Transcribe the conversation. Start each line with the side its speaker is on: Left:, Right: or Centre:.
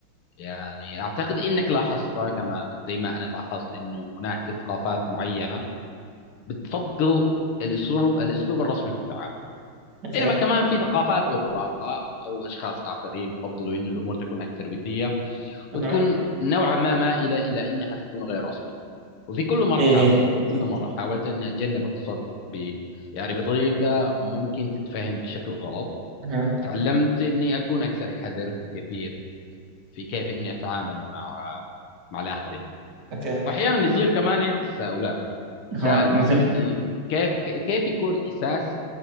Left: يعني أعتقد إنك لاحظت كما زي ما أنا لاحظت إنه هناك في ثقافات معينة بتفضل الأسلوب الأسلوب الرسمي في التعامل
Right: اوكي
Left: بينما كمان في ثقافات أخرى أو أشخاص آخرين بيفضلوا إنه الأمور تكون أكثر ودية
Right: اها
Left: وتكون نوعا ما مائلة إلى إنها تكون غير رسمي وفي كل مرة
Right: اي
Left: حاولت
Right: اي اتفق
Left: كل مرة حاولت إني أتجنب التصرف ب يعني بطريقة ممكن تتفهم بشكل غلط
Right: اها
Left: تعلمت إني أكون أكثر حذر في كيفية في كيف إني أتعامل مع مع الآخرين
Right: اوكي
Left: واحيانا يصير كمان عندي تساؤلات
Right: اها
Left: تساءل مع
Right: مثل
Left: نفسي كيف كيف يكون احساس